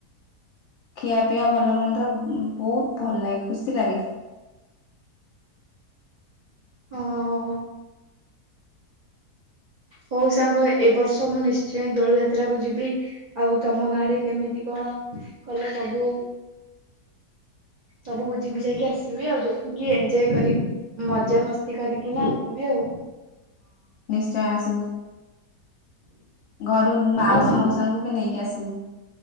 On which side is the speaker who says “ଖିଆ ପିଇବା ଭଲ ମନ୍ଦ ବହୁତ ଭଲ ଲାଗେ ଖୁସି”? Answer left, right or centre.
Left